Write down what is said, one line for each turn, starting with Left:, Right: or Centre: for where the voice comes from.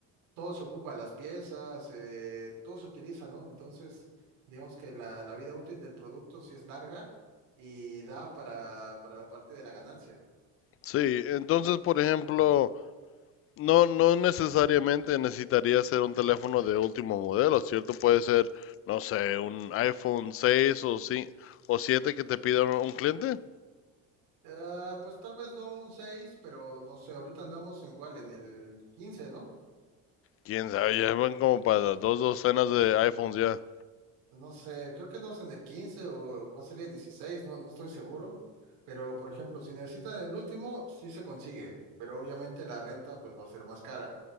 Right: todo se ocupa, las piezas, eh, todo se utiliza, ¿no? Entonces digamos que la, la vida útil del producto sí es larga y da para, para la parte de la ganancia.
Left: Sí, entonces, por ejemplo, No, no necesariamente necesitaría ser un teléfono de último modelo, ¿cierto? Puede ser, no sé, un iPhone 6 o, sí o 7 que te pida un un cliente.
Right: Ah, pues tal vez no un 6, pero no sé, ahorita andamos en cuál, en el 15, ¿no?
Left: Quién sabe, ya van como para dos docenas de iPhones ya.
Right: No sé, creo que andamos en el 15 o va a salir el 16. no, no estoy seguro. Pero, por ejemplo, si necesitan el último, sí se consigue, pero obviamente la renta pues va a ser más cara.